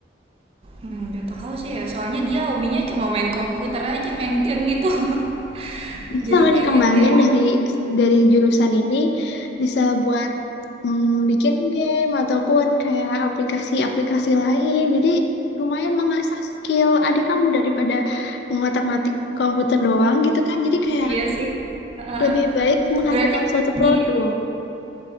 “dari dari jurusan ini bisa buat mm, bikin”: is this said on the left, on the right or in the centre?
Left